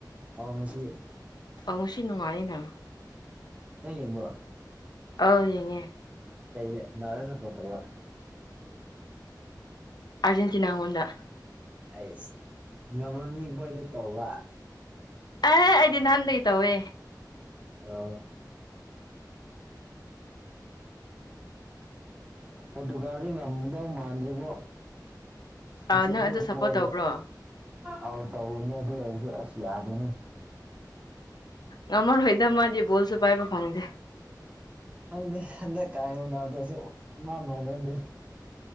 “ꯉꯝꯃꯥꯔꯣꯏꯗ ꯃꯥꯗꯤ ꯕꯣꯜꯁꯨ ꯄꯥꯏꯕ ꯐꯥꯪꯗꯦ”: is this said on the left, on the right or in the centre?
Left